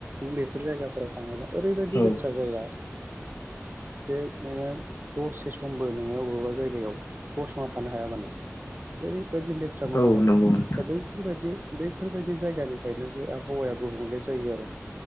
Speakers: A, on the right; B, on the left.
A: बेफोर जायगाफोराव थाङोब्ला ओरैबायदि
B: औ
A: लेथ्रा जाया दे नोङो दसेसे समबो नोङो बबेबा जायगायाव गसंना थानो हायाबानो दि लेथ्रा मोनामो
B: औ नंगौ नोंथां
A: दा बैफोरबायदि बफोर बेफोरबायदि जायगानिफ्रायनो जे आबहावाया गुबुंले जायो आरो